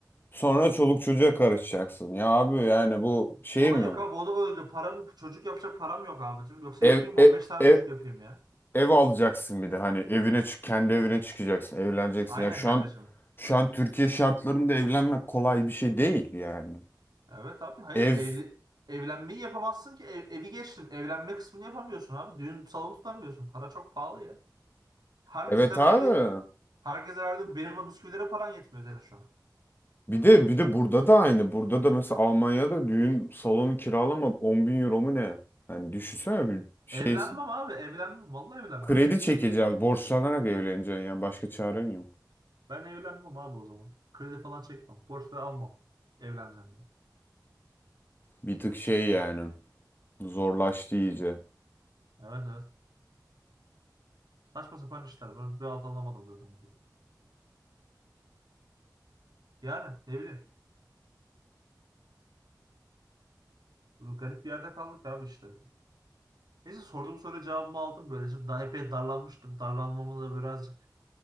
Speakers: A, on the left; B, on the right.
A: Sonra çoluk çocuğa karışacaksın. Ya abi yani bu şey
B: O da
A: mi?
B: yok abi o da öldü. Param, çocuk yapacak param yok abi. Yoksa
A: Ev
B: yapayım
A: ev
B: 15 tane
A: ev,
B: çocuk yapayım ya.
A: ev alacaksın bir de hani evine çık kendi evine çıkacaksın, evleneceksin.
B: Aynen
A: Ya şu
B: kardeşim.
A: an şu an Türkiye şartlarında evlenmek kolay bir şey değil yani.
B: Evet abi hayır
A: Ev
B: evli, evlenmeyi yapamazsın ki Ev- evi geçtim. Evlenme kısmını yapamıyorsun abi. Düğün salonu tutamıyorsun. Para çok pahalı ya. Herkese
A: evet abi.
B: verdiğin herkese verdiğin benim o bisküvilere paran yetmiyor senin şu an.
A: Bir de bir de burada da aynı. Burada da mesela Almanya'da düğün salonu kiralamak on bin euro mu ne? Hani düşünsene bir şeysin.
B: Evlenmem abi evlenmem. Vallahi evlenmem
A: Kredi
B: ya.
A: çekeceğiz, borçlanarak evleneceksin yani başka çaren yok.
B: Ben evlenmem abi o zaman. Kredi falan çekmem. Borç da almam. Evleneceğim ya.
A: Bir tık şey yani zorlaştı iyice.
B: Evet evet. Saçma sapan işler. Ben bir alt alamadım zaten. Yani ne bileyim. Garip bir yerde kaldık abi işte. Neyse sorduğum soruya cevabımı aldım. Böylece daha epey darlanmıştım. Darlanmamı da birazcık